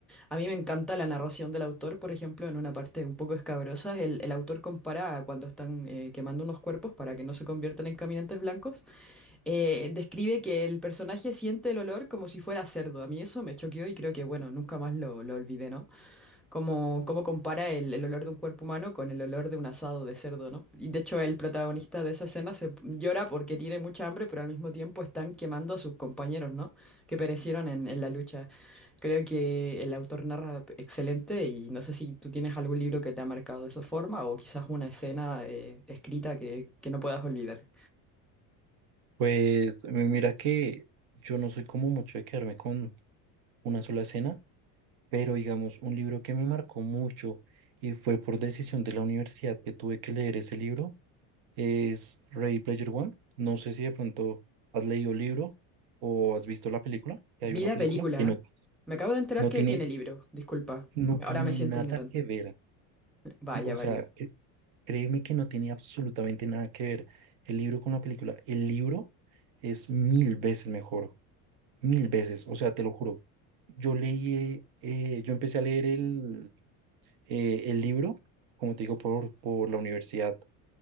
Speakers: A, in the centre; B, on the right.
A: A mí me encanta la narración del autor, por ejemplo, en una parte un poco escabrosa, el, el autor compara a cuando están eh, quemando unos cuerpos para que no se conviertan en caminantes blancos, eh, describe que el personaje siente el olor como si fuera cerdo. A mí eso me choqueó y creo que, bueno, nunca más lo, lo olvidé, ¿no? Cómo, cómo compara el, el olor de un cuerpo humano con el olor de un asado de cerdo, ¿no? Y de hecho el protagonista de esa escena se llora porque tiene mucha hambre, pero al mismo tiempo están quemando a sus compañeros, ¿no? Que perecieron en, en la lucha. Creo que el autor narra excelente y no sé si tú tienes algún libro que te ha marcado de esa forma o quizás una escena eh, escrita que, que no puedas olvidar.
B: Pues mi- mira que yo no soy como mucho de quedarme con una sola escena, pero digamos, un libro que me marcó mucho y fue por decisión de la universidad que tuve que leer ese libro es Ready Player One. No sé si de pronto has leído el libro o has visto la película, que
A: Vida
B: hay una película
A: película.
B: que no,
A: ¿eh? Me acabo de enterar
B: no
A: que
B: tiene,
A: tiene libro, disculpa.
B: no tiene
A: Ahora me siento
B: nada
A: ignorante.
B: que ver.
A: Vaya,
B: O
A: vaya.
B: sea, cre- créeme que no tiene absolutamente nada que ver el libro con la película. El libro es mil veces mejor, mil veces, o sea, te lo juro. Yo leí, eh, yo empecé a leer el, eh, el libro, como te digo, por, por la universidad.